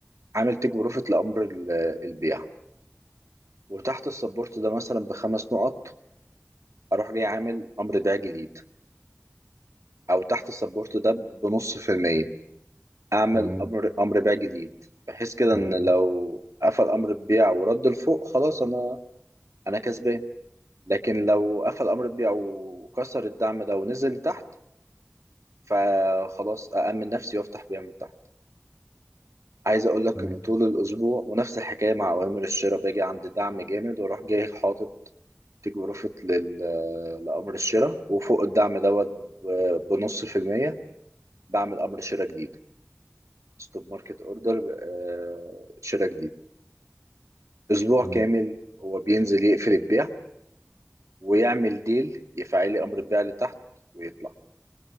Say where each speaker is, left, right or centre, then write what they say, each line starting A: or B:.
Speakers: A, on the right; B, on the right.
A: عامل تيك بروفيت لأمر ال- البيع وتحت السبورت ده مثلا بخمس نقط أروح جاي عامل أمر بيع جديد أو تحت السبورت ده بنص في المية اعمل
B: تمام
A: امر امر بيع جديد بحيث كده
B: تمام
A: ان لو قفل امر البيع ورد لفوق خلاص انا انا كسبان لكن لو قفل امر البيع وكسر الدعم ده ونزل لتحت فخلاص أأمن نفسي وافتح بيع من تحت عايز اقول لك
B: تمام
A: ان طول الاسبوع ونفس الحكايه مع اوامر الشراء باجي عند دعم جامد واروح جاي حاطط تيك بروفيت لل... لامر الشراء وفوق الدعم دوت ب- بنص في المية بعمل امر شراء جديد ستوب ماركت اوردر آه، شراء جديد اسبوع
B: تمام
A: كامل هو بينزل يقفل البيع ويعمل ديل يفعلي امر البيع لتحت ويطلع